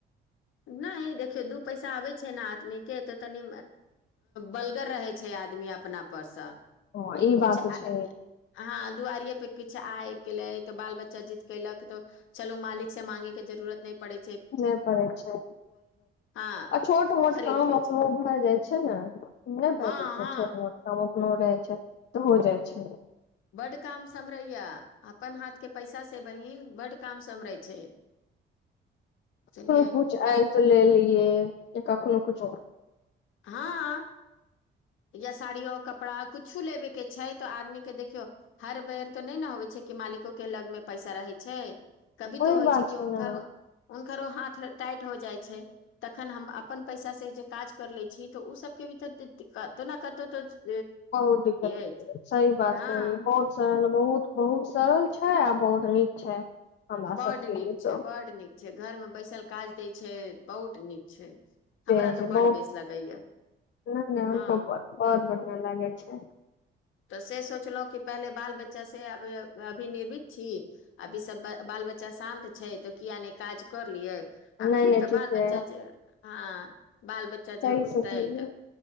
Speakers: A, on the left; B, on the left.
A: नहि देखियौ दू पैसा आबे छै ने आदमी के तऽ तनी बलगर रहे छै आदमी अपना परसँ
B: हँ ई
A: कछ
B: बात तऽ छै
A: हँ दुआरि पे किछु आब गेले तो बाल बच्चा जीत कलक तो चलू मालिक से मांगे के जरूुरत न पड़े
B: नहि पड़ै छै
A: हँ
B: आ छोट मोट
A: खरीद
B: काम
A: लै
B: अपनो
A: छै
B: भए जाइत छै ने नहि भए
A: हँ
B: जाइत
A: हँ
B: छै छोट मोट काम रहै छै तऽ हो जाइ छै
A: बड्ड काम समहरैया अपन हाथ के पैसा से बहिन बडड काम सम्हरै छै बुझलियै
B: को कुछ आयल तऽ ले लियए कख न कु चु
A: हँ या साड़ियो कपड़ा कुछो लेबे के छै तऽ आदमी के देखियौ हर बेर तो नहि ने होे छै कि मालिक के लग मे पैसा रहै छै कभी
B: ओहि
A: तो होइ
B: बात
A: छै कि हनकर
B: ने
A: उ खरो हाथ टाइट हो जाइ छै तखन हम अपन पैसा से जे काज कर ले छी तऽ ओ सब के भी तऽ दिक्कत तऽ नहि कतऽ तऽ
B: बहुत दिक्कत
A: अछि
B: सही बात
A: हँ
B: कहली बहुत स बहुत बहुत सरल छै आ बहुत नीक छै हमरा
A: बड
B: सबके
A: नीक
B: लिए
A: छै
B: तऽ
A: बड नीक छै घर में बैसल काज दय छै बहुत नीक छै हमरा
B: से छै
A: तऽ बड
B: बहु
A: बेस लगैया
B: नहि नहि
A: हँ
B: हम ब लागे छै
A: तऽ से सोचलहुँ कि पहिले बाल बच्चा से अभनिर्भित छी अभीसभ बाल बच्चा शान्त छै तऽ किया नहि काज कर लियै आ
B: नहि
A: फिर
B: नहि
A: तऽ
B: ठीक
A: बाल
B: छै
A: बच्चा जे हँ बाल बच्चा जे
B: सही
A: उठता
B: सोचलियै
A: हत